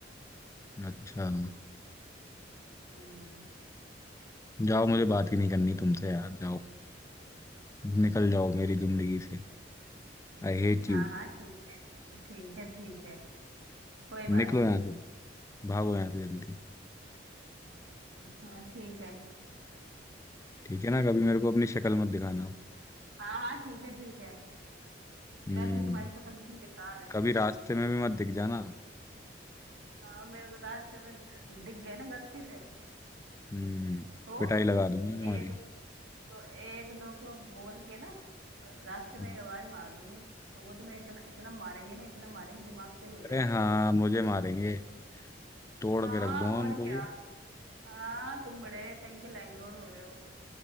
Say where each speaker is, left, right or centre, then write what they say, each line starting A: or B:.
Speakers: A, on the left; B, on the right.
A: अच्छा
B: हम्म
A: जाओ मुझे बात ही नहीं करनी तुमसे यार जाओ निकल जाओ मेरी जिंदगी से I hate
B: हाँ
A: you
B: हाँ ठीक है ठीक है ठीक है कोई
A: निकलो
B: बात नहीं
A: यहाँ से भागो यहाँ से जल्दी
B: हाँ ठीक है
A: ठीक है ना कभी मेरे को अपनी शक्ल मत दिखाना
B: हाँ हाँ ठीक है ठीक है
A: हम्म
B: वैसे भी तुम्हारी शक्ल इतनी बेकार है
A: कभी रास्ते में भी मत दिख जाना
B: हाँ मेरे को रास्ते में दिख गए ना गलती से
A: हम्म
B: तो
A: पिटाई लगा दूंगा तुम्हारी
B: एक तो एक दो को बोल के ना अ, रास्ते में
A: हम्म,
B: ये आवाज मार दूंगी तो वो तुम्हें इतना इतना मारेंगे ना इतना मारेंगे दिमाग सही हो जाएगा
A: अरे हाँ मुझे मारेंगे तोड़
B: हाँ
A: के रख दूंगा
B: और
A: उनको
B: क्या
A: भी
B: हाँ तुम बड़े कहीं के लैंडलॉर्ड हो रहे हो